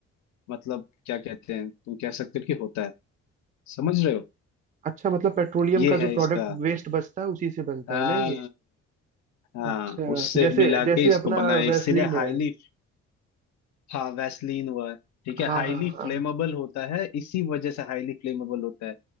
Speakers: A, on the left; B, on the right.
A: मतलब क्या कहते हैं तुम कह सकते हो कि होता है समझ रहे हो
B: अच्छा मतलब पेट्रोलियम
A: ये
B: का
A: है
B: जो
A: इसका
B: प्रोडक्ट वेस्ट बचता है उसी से बनता
A: हाँ
B: है ना ये
A: हाँ
B: अच्छा
A: उससे
B: जैसे
A: मिला
B: जैसे
A: के इसको
B: अपना
A: बनाए
B: वैसलीन
A: इसीलिए हाईली
B: है
A: हाँ वैसलीन हुआ ठीक है
B: हाँ
A: हाईली
B: हाँ हाँ
A: फ्लेमेबल होता है इसी वजह से हाईली फ्लेमेबल होता है